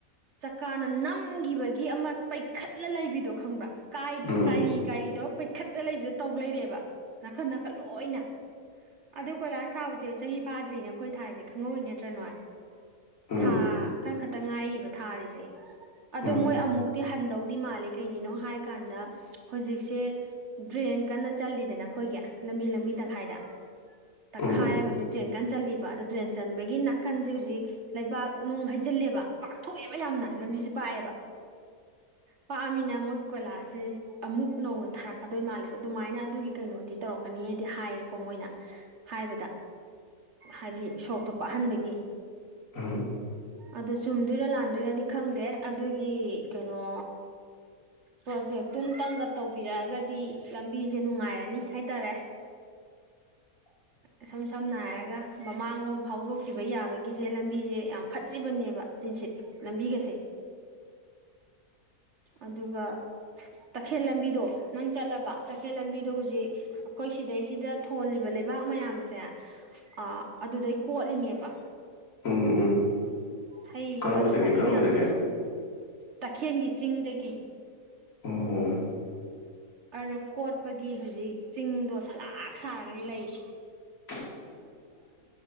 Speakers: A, on the right (about 55°); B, on the left (about 65°).
A: ꯆꯀꯥꯅ ꯅꯝꯒꯤꯕꯒꯤ ꯑꯃ ꯄꯩꯈꯠꯂ ꯂꯩꯕꯤꯗꯣ ꯈꯪꯕ꯭ꯔꯥ
B: ꯎꯝ
A: ꯀꯥꯏꯔꯤ ꯀꯥꯏꯔꯤ ꯇꯧꯔꯒ ꯄꯩꯈꯠꯂ ꯂꯩꯕꯗ ꯇꯧ ꯂꯩꯔꯦꯕ ꯅꯥꯀꯟ ꯅꯥꯀꯟ ꯂꯣꯏꯅ ꯑꯗꯣ ꯀꯣꯏꯂꯥꯁ ꯊꯥꯕꯁꯦ ꯆꯍꯤ ꯐꯥꯗ꯭ꯔꯤꯅ ꯑꯩꯈꯣꯏ ꯊꯥꯏꯁꯦ ꯈꯪꯍꯧꯔꯤ ꯅꯠꯇ꯭ꯔ ꯅꯣꯏ
B: ꯎꯝ
A: ꯊꯥ ꯈꯔ ꯈꯛꯇ ꯉꯥꯏꯔꯤꯕ ꯊꯥꯔꯤꯁꯦ ꯑꯗꯣ
B: ꯎꯝ
A: ꯃꯣꯏ ꯑꯃꯨꯛ ꯇꯤ ꯍꯟꯗꯧꯗꯤ ꯃꯥꯜꯂꯦ ꯀꯩꯒꯤꯅꯣ ꯍꯥꯏ ꯀꯥꯟꯗ ꯍꯧꯖꯤꯛꯁꯦ ꯗ꯭ꯔꯦꯟ ꯀꯟꯅ ꯆꯥꯜꯂꯤꯗꯅ ꯑꯩꯈꯣꯏꯒꯤ ꯂꯝꯕꯤ ꯂꯝꯕꯤ ꯇꯪꯈꯥꯏꯗ ꯇꯥꯛꯈꯥꯏꯔꯒ
B: ꯎꯝ
A: ꯗ꯭ꯔꯦꯟ ꯀꯟ ꯆꯥꯜꯂꯤꯕ ꯑꯗꯣ ꯗ꯭ꯔꯦꯟ ꯆꯟꯕꯒꯤ ꯅꯥꯀꯟꯁꯦ ꯍꯧꯖꯤꯛ ꯂꯩꯕꯥꯛ ꯅꯨꯡ ꯍꯩꯖꯤꯜꯂꯦꯕ ꯄꯥꯛꯊꯣꯛꯑꯦꯕ ꯌꯥꯝꯅ ꯂꯝꯕꯤꯁꯦ ꯄꯥꯛꯑꯦꯕ ꯄꯥꯛꯑꯝꯃꯤꯅ ꯃꯣꯏ ꯀꯣꯏꯂꯥꯁꯦ ꯑꯃꯨꯛ ꯅꯧꯅ ꯊꯥꯔꯛ ꯂꯥꯛꯀꯗꯣꯏ ꯃꯥꯜꯂꯦꯕ ꯑꯗꯨꯃꯥꯏꯅ ꯑꯗꯨꯒꯤ ꯀꯩꯅꯣꯗꯤ ꯇꯧꯔꯛꯀꯅꯤꯗꯤ ꯍꯥꯏꯌꯦꯀꯣ ꯃꯣꯏꯅ ꯍꯥꯏꯕꯗ ꯍꯥꯏꯗꯤ ꯁꯣꯔꯣꯛꯇꯣ ꯄꯥꯛꯍꯟꯕꯒꯤ
B: ꯑꯝ
A: ꯑꯗꯣ ꯆꯨꯝꯗꯣꯏꯔꯥ ꯂꯥꯟꯗꯣꯏꯔꯗꯤ ꯈꯪꯗꯦ ꯑꯗꯨꯒꯤ ꯀꯩꯅꯣ ꯄ꯭ꯔꯣꯖꯦꯛꯇꯨ ꯑꯃꯇꯪꯒ ꯇꯧꯕꯤꯔꯛꯑꯒꯗꯤ ꯗꯤ ꯂꯝꯕꯤꯁꯦ ꯅꯨꯡꯉꯥꯏꯔꯅꯤ ꯍꯥꯏꯇꯥꯔꯦ
B: <inaudible>
A: ꯏꯁꯝ ꯁꯝꯅ ꯍꯥꯏꯔꯒ ꯃꯃꯥꯡꯂꯣꯝ ꯐꯥꯎꯗꯣꯛꯈꯤꯕ ꯌꯥꯕꯒꯤꯁꯦ ꯂꯝꯕꯤꯁꯦ ꯌꯥꯝ ꯐꯠꯇ꯭ꯔꯤꯕꯅꯦꯕ ꯇꯤꯟꯁꯤꯠ ꯂꯝꯕꯤꯒꯁꯦ ꯑꯗꯨꯒ ꯇꯥꯈꯦꯜ ꯂꯝꯕꯤꯗꯣ ꯅꯪ ꯆꯠꯂꯕ ꯇꯈꯦꯜꯂꯝꯕꯤꯗꯣ ꯍꯧꯖꯤꯛ ꯑꯩꯈꯣꯏ ꯁꯤꯗꯩꯁꯤꯗ ꯊꯣꯜꯂꯤꯕ ꯂꯩꯕꯥꯛ ꯃꯌꯥꯝꯁꯦ ꯑ ꯑꯗꯨꯗꯩ ꯀꯣꯠꯂꯤꯅꯦꯕ
B: ꯎꯝ ꯎꯝ ꯎꯝ
A: ꯍꯩꯔꯤꯕ
B: ꯀꯔꯝꯕꯗꯒꯤ
A: ꯊꯣꯜꯂꯤ
B: ꯀꯔꯝꯕꯗꯒꯤ
A: ꯃꯌꯥꯝꯁꯦ ꯇꯈꯦꯜꯒꯤ ꯆꯤꯡꯗꯒꯤ
B: ꯑꯣ
A: ꯑꯗꯣ ꯀꯣꯠꯄꯒꯤ ꯍꯧꯖꯤꯛ ꯆꯤꯡꯗꯣ ꯁꯂꯥꯥꯛ ꯁꯥꯔꯒꯅꯤ ꯂꯩꯔꯤꯁꯦ
B: ꯍ <inaudible>